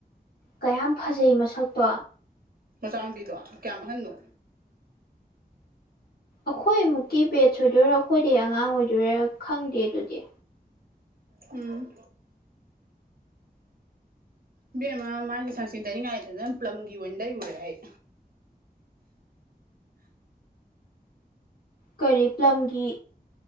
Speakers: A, on the left; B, on the right.
A: ꯀꯌꯥꯝ ꯐꯖꯩ ꯃꯁꯛꯇꯣ
B: ꯃꯆꯥ ꯃꯨꯄꯤꯗꯣ ꯀꯌꯥꯝꯑꯟꯅꯣ
A: ꯑꯩꯈꯣꯏꯃꯨꯛꯀꯤ ꯕꯦꯠꯁ ꯑꯣꯏꯗꯣꯏꯔꯥ ꯑꯩꯈꯣꯏꯗꯤꯩ ꯑꯉꯥꯡ ꯑꯣꯏꯗꯣꯏꯔꯥ ꯈꯪꯗꯦ ꯑꯗꯨꯗꯤ
B: ꯎꯝ ꯏꯕꯦꯝꯃ ꯃꯥꯏꯒꯤ ꯁꯟꯁꯀꯔꯤꯟ ꯇꯩꯅꯤꯡꯉꯉꯥꯏ ꯂꯩꯇꯗꯅ ꯄ꯭ꯝꯂꯒꯤ ꯑꯣꯟꯅ ꯂꯩ ꯎꯔꯦ ꯑꯩ
A: ꯀꯔꯤ ꯄꯂꯝꯒꯤ